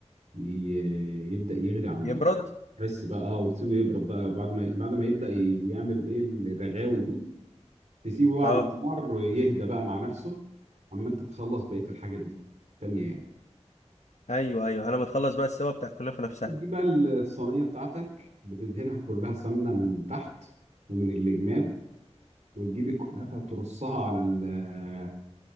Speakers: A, on the right; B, on the left.
A: ي- يبدا يغلي على النار
B: يبرد
A: تحس بقى وتسيبه يبرد بقى بعد ما بعد ما يبدا ي- يعمل ايه الرغاوي دي تسيبه بقى
B: اه
A: على النار ويهدى بقى مع نفسه اما انت تخلص بقيه الحاجه دي التانيه يعني
B: ايوه ايوه انا متخلص بقى السوا بتاع الكنافه نفسها
A: بتجيب بقى الصينيه بتاعتك بتدهنها كلها سمنه من تحت ومن الجناب وتجيب الكنافه ترصها على ال آه،